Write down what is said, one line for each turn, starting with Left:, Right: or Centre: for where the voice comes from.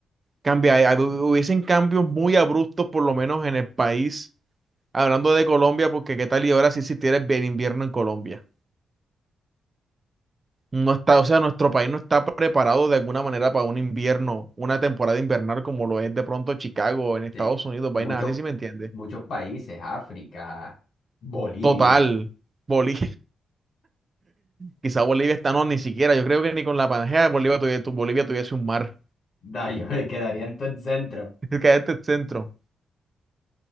Right: cambia, hab- hubiesen cambios muy abruptos, por lo menos en el país. Hablando de Colombia, porque qué tal y ahora si existiera el el invierno en Colombia. No está, o sea, nuestro país no está preparado de alguna manera para un invierno, una temporada invernal como lo es de pronto Chicago en Estados
Left: Sí,
Right: Unidos, vainas
Left: muchos,
Right: así, si me entiendes?
Left: muchos países, África, Bolivia,
Right: Total, boli. Quizá Bolivia está no, ni siquiera. Yo creo que ni con la Pangea de Bolivia tuviese, Bolivia tuviese un mar.
Left: <laughs> da, yo me quedaría en todo el centro.
Right: <laughs> Es que este es el centro.